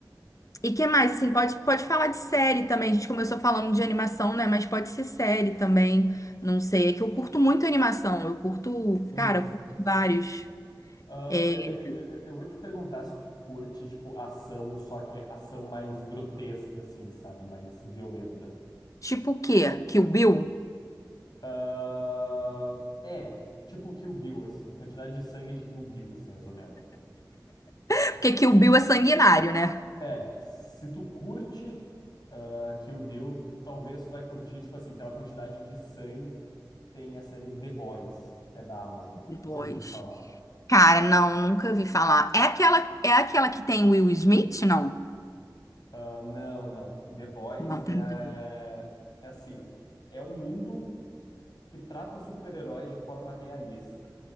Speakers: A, on the left (about 45°); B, on the left (about 60°).
A: E que mais, assim, pode, pode falar de série também. A gente começou falando de animação, né? Mas pode ser série também. Não sei. É que eu curto muito animação. Eu curto,
B: Uhum.
A: cara, eu curto vários.
B: Ah,
A: É,
B: eu, eu- eu- eu vou te perguntar se tu curte tipo ação, só que é ação mais grotesca assim, sabe? Mais violenta.
A: tipo o quê? Kill Bill?
B: Ah, é, tipo Kill Bill assim, quantidade de sangue de Kill Bill assim, mais ou menos.
A: <laughs> Porque Kill Bill é sanguinário, né?
B: É, se tu curte ah, Kill Bill, tu talvez tu vai curtir, tipo assim, pela quantidade de sangue, tem a série The Boys, que é da Amazon.
A: Depois.
B: Não sei se já ouviu falar.
A: Cara, não, nunca vi falar. É aquela, é aquela que tem Will Smith? Não.
B: Ah, não, não. The Boys
A: Não, tem
B: é,
A: nada a ver.
B: é assim, é um mundo que trata os super-heróis de forma realista.